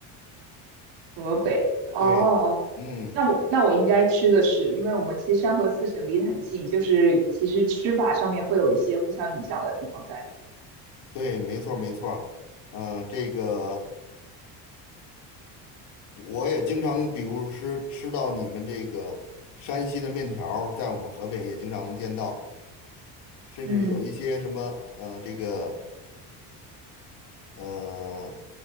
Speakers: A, on the right; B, on the left.
A: 河北，哦，
B: 对。嗯，
A: 那我那我应该吃的是，因为我们其实山河四省离得很近，就是其实吃法上面会有一些互相影响的地方在。
B: 对，没错儿没错儿，呃，这个我也经常，比如是吃到你们这个山西的面条儿在我们河北也经常能见到，甚至有一些什么呃，
A: 嗯
B: 这个呃，